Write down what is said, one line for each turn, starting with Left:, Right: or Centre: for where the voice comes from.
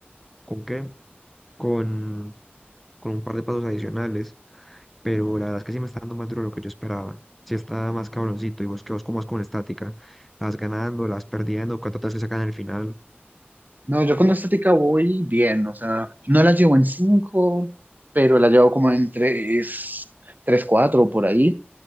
Centre: ¿con qué? Con, con un par de pasos adicionales. Pero la verdad es que sí me está dando más duro de lo que yo esperaba. Sí está más cabroncito. Y vos que vos como vas con estática. Las ganando, las perdiendo, cuánto te que sacan al final.
Right: No, yo con la estética voy bien, o sea, no la llevo en 5, pero la llevo como en 3, 3 4 por ahí.